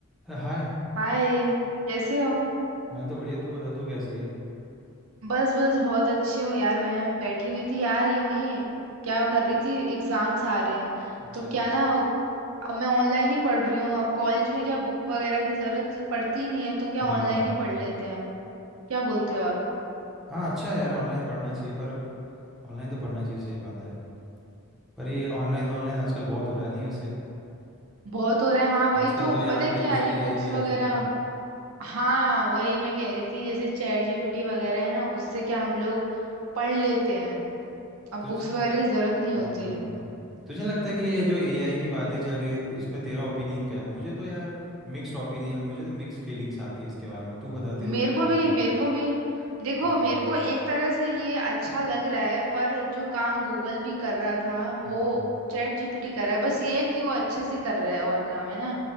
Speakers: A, in the centre; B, on the right (about 75°).
A: अरे हाय
B: हाय कैसे हो
A: मैं तो बढ़िया तू बता तू कैसी है
B: बस बस बहुत अच्छी हूँ यार मैं बैठी हुई थी यार यूं ही क्या कर रही थी एग्जाम्स आ रहे हैं
A: अच्छा
B: तो क्या ना अब मैं ऑनलाइन ही पढ़ रही हूँ अब कॉलेज में क्या बुक वगैरह की जरूरत ही पड़ती ही नहीं है तो क्या
A: हाँ
B: ऑनलाइन ही पढ़ लेते हैं हम क्या बोलते हो आप
A: हाँ अच्छा है यार ऑनलाइन पढ़ना चाहिए पर ऑनलाइन तो पढ़ना चाहिए सही बात है पर ये ऑनलाइन ऑनलाइन आजकल बहुत हो रहा है नहीं वैसे
B: बहुत हो रहा है हाँ वही
A: आजकल
B: तो
A: तो ये
B: पता
A: आर्टिफिशियल
B: है क्या ये बुक्स
A: एआई भी
B: वगैरह
A: आ चुका है
B: हाँ वही मैं कह रही थी जैसे चैट जीपीटी वगैरह है ना उससे क्या हम लोग पढ़ लेते हैं अब
A: तुझे
B: बुक्स वगैरह की जरूरत नहीं होती
A: हम्म तुझे लगता है कि ये जो एआई की बातें चल रही है इसमें तेरा ओपिनियन क्या है मुझे तो यार मिक्स्ड ओपिनियन मुझे तो मिक्स फीलिंग्स आती है इसके बारे में तू बता तेरे को
B: मेरे
A: क्या लगता
B: को भी
A: है
B: मेरे को भी देखो
A: हम्म
B: मेरे को एक तरह से ये अच्छा लग रहा है पर जो काम गूगल भी कर रहा था वो
A: हम्म
B: चैट जीपीटी कर रहा है बस ये है कि वो अच्छे से कर रहा है और काम है ना